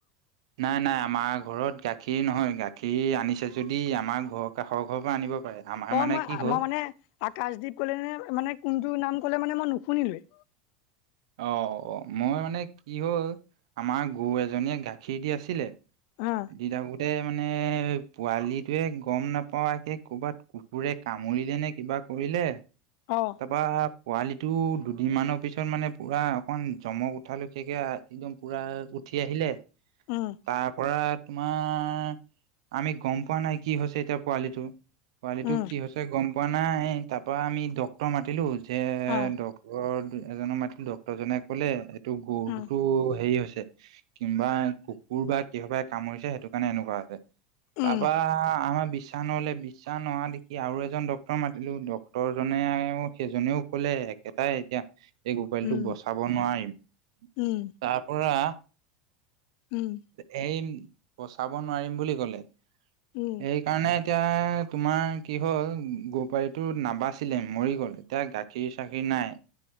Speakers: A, on the right (about 80°); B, on the left (about 60°).
A: নাই নাই আমাৰ ঘৰত গাখীৰ নহয়, গাখীৰ আনিছে যদি আমাৰ ঘৰৰ কাষৰ ঘৰৰ পৰা আনিব পাৰে আমাৰ
B: অ',
A: মানে
B: মই
A: কি হ'ল
B: মই মানে আকাশদ্বীপ কলে, মানে কোনটো নাম <unintelligible> <unintelligible> মানে মই নুশুনিলেও।
A: অ', মই মানে কি হ'ল, আমাৰ গৰু এজনীয়ে গাখীৰ দি আছিলে
B: অ
A: ই দঙুতে মানে পোৱালিটোয়ে গম নাপােয়াকে ক লবাত কুকুৰে কামুৰিলে নে কিবা কৰি দিলে।
B: অ
A: তাৰপৰা পোৱালিটো দুদিন মানৰ পিছত, মানে পুৰা অকমান জমক উঠালো <unintelligible> একদম পুৰা উঠি আহিলে,
B: উম
A: তাৰ পৰা তোমাৰ আমি গম পোৱা নাই, কি হৈছে এতিয়া পোৱালিটো পোৱালি টো
B: উম
A: কি হৈছে গম পোৱা নাই, তাৰ পৰা আমি ডাক্তৰ মাতিলো এতিয়া
B: অ
A: ডাক্তৰ, এজনক মাতিলো ডাক্তৰজনে ক'লে এইটো, গৰুটোতো
B: উম
A: হেৰি হৈছে কিম্বা কুকুৰ বা কিহবাৰে কামুৰিছে, সেইটো কাৰণে এনেকুৱা হৈছে।
B: উম
A: তাৰপা আমাৰ বিশ বিশ্বাসনলে বিশ্বাস নোহোৱা দেখি আৰু এজন ডাক্তৰ মাতিলো, ডাক্তৰজনে অ সেইজনেও কলে একেটাই এতিয়া এই গো পোলটোক
B: উম
A: বচাব নোৱাৰিম
B: উম,
A: তাৰ পৰা
B: উম,
A: এই বচাব নোৱাৰিম বুলি কলে সেইকাৰণে
B: উম,
A: এতিয়া তোমাৰ কি হ'ল গপালিটো নাবাচিলে মৰি গ'ল এতিয়া গাখীৰ চাখীৰ নাই।